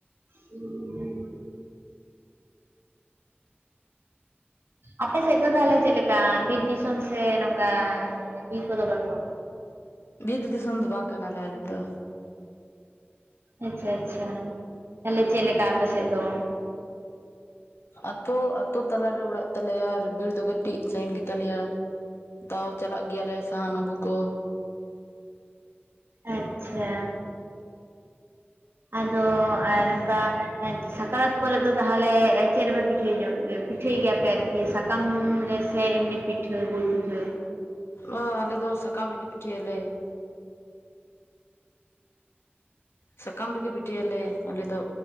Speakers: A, on the right; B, on the left.
A: <unintelligible> ᱟᱯᱮ ᱥᱮᱫ ᱫᱚ ᱛᱟᱦᱚᱞᱮ ᱪᱮᱫᱞᱮᱠᱟ ᱵᱤᱨ ᱫᱤᱥᱚᱢ ᱥᱮ ᱱᱚᱝᱠᱟ ᱵᱤᱨ ᱠᱚᱫᱚ ᱵᱟᱹᱱᱩᱜᱼᱟ
B: ᱵᱤᱨ ᱫᱤᱥᱚᱢ ᱫᱚ ᱵᱟᱝ ᱠᱟᱱᱟᱞᱮ ᱟᱞᱮ ᱫᱚ
A: ᱟᱪᱪᱷᱟ ᱟᱪᱪᱷᱟ ᱛᱟᱦᱞᱮ ᱪᱮᱫ ᱞᱮᱠᱟ ᱟᱯᱮᱥᱮᱫ ᱫᱚ
B: ᱟᱛᱳ ᱟᱛᱳ ᱛᱟᱞᱟᱨᱮ ᱚᱲᱟᱜ ᱛᱟᱞᱮᱭᱟ ᱟᱨ ᱵᱤᱨ ᱫᱚ ᱠᱟᱹᱴᱤᱡ ᱥᱟ. ᱜᱤᱧ ᱜᱮᱛᱟᱞᱮᱭᱟ ᱛᱟᱣ ᱪᱟᱞᱟᱜ ᱜᱮᱭᱟᱞᱮ ᱥᱟᱦᱟᱱ ᱟᱹᱜᱩ ᱠᱚ
A: ᱟᱪᱪᱷᱟ ᱟᱫᱚ ᱟᱨ ᱱᱚᱝᱠᱟ ᱥᱟᱠᱨᱟᱛ ᱠᱚᱨᱮ ᱫᱚ ᱛᱟᱦᱞᱮ ᱪᱮᱫ ᱨᱮᱯᱮ ᱯᱤᱴᱷᱟᱹᱭ ᱯᱤᱴᱷᱟᱹᱭ ᱜᱮᱭᱟ ᱯᱮ ᱟᱨᱠᱤ ᱥᱟᱠᱟᱢ ᱨᱮ ᱥᱮ ᱮᱢᱱᱤ ᱯᱤᱴᱷᱟᱹ ᱜᱳᱲ ᱯᱤᱴᱷᱟ.
B: ᱚ ᱟᱞᱮ ᱫᱚ ᱥᱟᱠᱟᱢ ᱨᱮᱜᱮ ᱯᱤᱴᱷᱟᱹᱭ ᱟᱞᱮ ᱥᱟᱠᱟᱢ ᱨᱮᱜᱮ ᱯᱤᱴᱟᱹᱭᱟᱞᱮ ᱟᱞᱮ ᱫᱚ